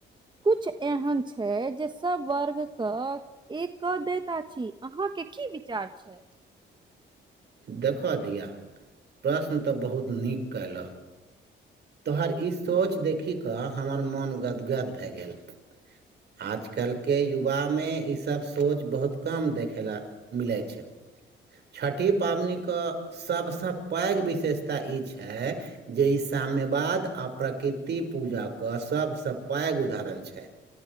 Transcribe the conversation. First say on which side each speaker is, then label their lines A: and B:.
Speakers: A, on the right; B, on the right.
A: किछ एहन छै जे सब वर्गक एक क दैता छी अहाँ के की विचार छै
B: देखह धिया प्रश्न तऽ बहुत नीक कयलह तोहर ई सोच देखि कऽ हमर मोन गदगद भए गेल आजकलके युवामे ईसब सोच बहुत कम देखेला मिलै छै छठी पाबनिके सबसँ पैघ विशेषता ई छै जे ई साम्यवाद आ प्रकृति पूजा क सबसँ पैघ उदाहरण छै